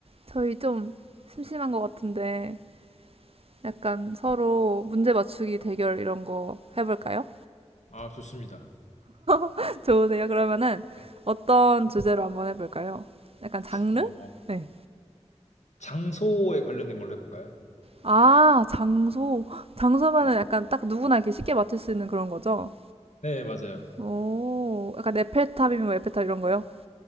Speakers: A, on the right; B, on the left.
A: 저희 좀 심심한 것 같은데 약간 서로 문제 맞추기 대결 이런 거 해볼까요?
B: 아, 좋습니다.
A: <laughs> 좋으세요? 그러면은
B: 네.
A: 어떤 주제로 한번 해볼까요? 약간 장르?
B: 어,
A: 네.
B: 장소에 관련된 걸로 해볼까요?
A: 아, 장소. 장소면은
B: 네,
A: 약간 딱 누구나 이렇게 쉽게 맞출 수 있는 그런 거죠?
B: 네, 맞아요.
A: 오, 약간 에펠탑이면 뭐 에펠탑 이런 거요?